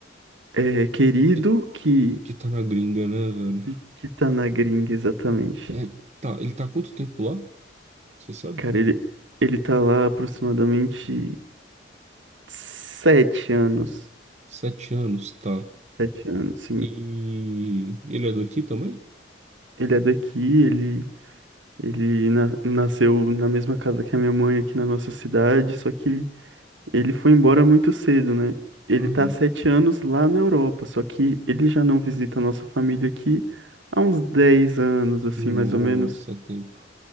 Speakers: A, on the right (about 85°); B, on the right (about 35°).
A: é querido
B: Que,
A: que,
B: que tá na gringa, né, velho?
A: que que tá na gringa exatamente?
B: É, tá, ele tá há quanto tempo lá? Você sabe?
A: Cara, ele ele tá lá aproximadamente sete anos,
B: Sete anos, tá.
A: sete anos, sim.
B: E ele é daqui também?
A: Ele é daqui, ele Ele na- nasceu na mesma casa que a minha mãe aqui na nossa cidade, só que ele foi embora muito cedo, né? Ele
B: Aham.
A: tá há sete anos lá na Europa, só que ele já não visita a nossa família aqui há uns 10 anos, assim, mais
B: Nossa,
A: ou menos.
B: é tempo.